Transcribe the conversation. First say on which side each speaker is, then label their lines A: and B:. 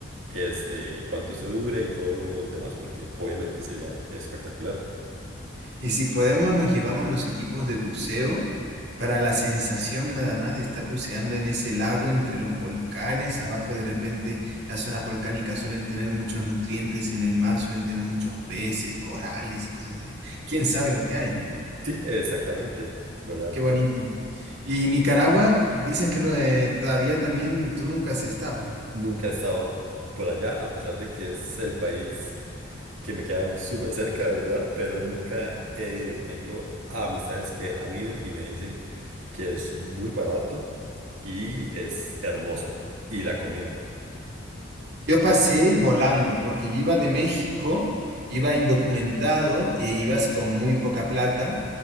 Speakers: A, on the right; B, on the right.
A: este, cuánto se dura y todo lo demás, porque obviamente sería espectacular.
B: Y si podemos, nos llevamos los equipos de buceo para la sensación nada más de estar buceando en ese lago entre los volcanes. Abajo de repente las zonas volcánicas suelen tener muchos nutrientes en el mar, suelen tener muchos peces, corales y cosas así. ¿Quién sabe lo que hay, no?
A: Sí, exactamente, ¿verdad?
B: Qué bonito. Y Nicaragua, dices que no, eh, todavía también tú nunca has estado.
A: Nunca he estado por allá, a pesar de que es el país que me queda súper cerca, ¿verdad? Pero nunca he ido y tengo amistades que han ido y me dicen que es muy barato y es hermoso. Y la comida.
B: Yo pasé volando porque yo iba de México, iba indocumentado y iba con muy poca plata